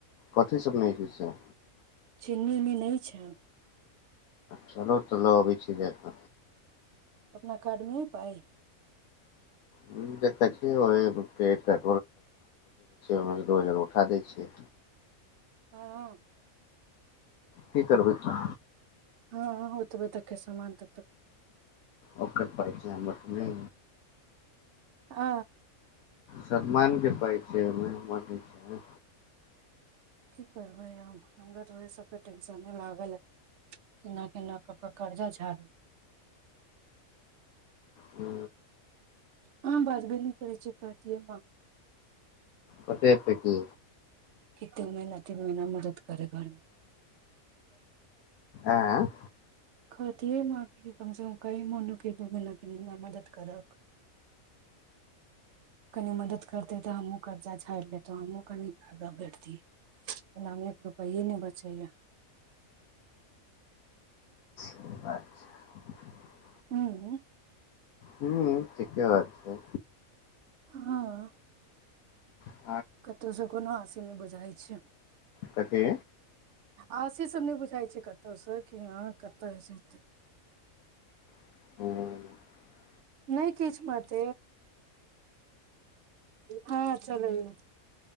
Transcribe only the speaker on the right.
चीनी नह छै
अपना कार्डमेी पाइ
हँ
हँ ओतबै तक समान त
आ
की करबै हमरा तऽ ओह सभके टेंशने लागल केना केना कऽ कऽ कर्जा झाड़ू
हँ बाद भ न करै छै कहती ह
कतेक महिीना तीन महिीना मदद करे घरमे <unintelligible>
कहति कम से कम क मोनूके दू महना ती मदद करब कनि मदद करते तऽ हमहुँ कर्जा छाड़ि लेतो हमहुूँ कनि आग बैठतियैनामे एक रुपे नहि बचैय
हू
हँ
कतू सु कोन वास से नहि बझाइ छै
आ से सब नहि बुझााय छै कतहु से कि ह कतऽ ह छै
नहि किछु मात हँ चलैय